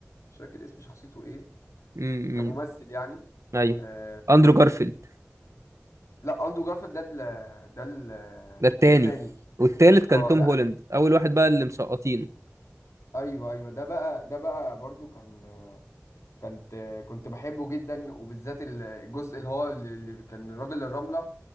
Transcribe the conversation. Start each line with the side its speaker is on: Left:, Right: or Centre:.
Left: مش فاكر اسم شخصيته ايه
Right: امم
Left: كممثل يعني
Right: ايوه
Left: آه
Right: اندرو جارفيلد
Left: لا اندرو جارفيلد ده ال ده ال
Right: ده التاني
Left: ده التاني
Right: والتالت كان
Left: اه
Right: توم
Left: لا
Right: هولاند
Left: لا،
Right: اول واحد بقى اللي مسقطينه
Left: ايوه ايوه ده بقى ده بقى برضو كان كانت كنت بحبه جدا وبالذات الجزء اللي هو اللي اللي كان الراجل الرملة